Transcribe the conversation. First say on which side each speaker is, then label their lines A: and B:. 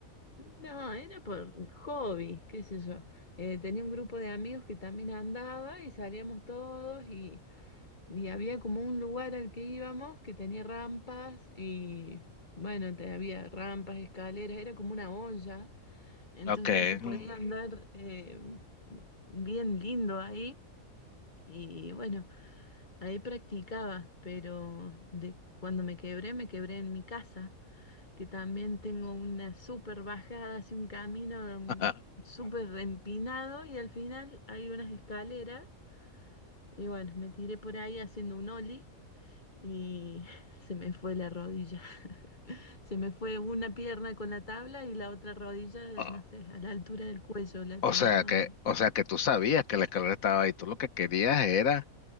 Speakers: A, on the left; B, on the left.
A: No, era por hobby, qué sé yo. Eh, tenía un grupo de amigos que también andaba y salíamos todos y Y había como un lugar al que íbamos que tenía rampas y bueno, te- había rampas, escaleras, era como una olla, entonces
B: Ok.
A: se podía
B: mm,
A: andar eh, bien lindo ahí y bueno, ahí practicaba, pero de cuando me quebré, me quebré en mi casa, que también tengo una súper bajada, así un camino mm,
B: ajá.
A: súper empinado y al final hay unas escaleras y bueno, me tiré por ahí haciendo un ollie y <laughs> se me fue la rodilla. <laughs> Se me fue una pierna con la tabla y la otra rodilla,
B: O
A: no sé, a la altura del cuello la
B: o
A: tenía
B: sea
A: más
B: que,
A: o menos.
B: o sea que tú sabías que la escalera estaba ahí, tú lo que querías era